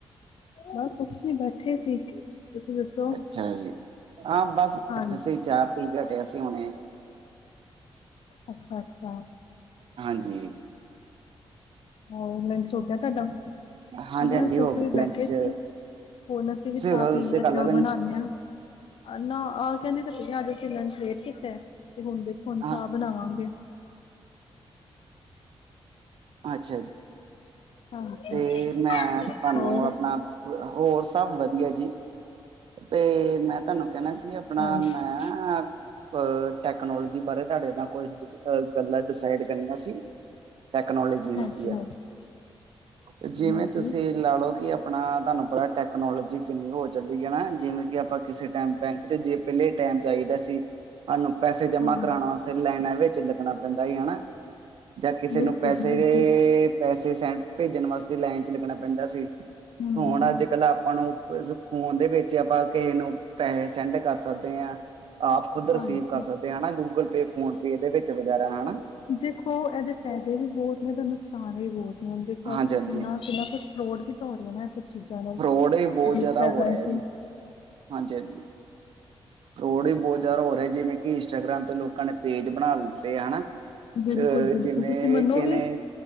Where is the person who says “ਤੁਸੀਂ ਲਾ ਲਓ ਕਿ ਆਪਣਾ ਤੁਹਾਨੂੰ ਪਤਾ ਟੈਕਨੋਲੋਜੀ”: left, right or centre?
Right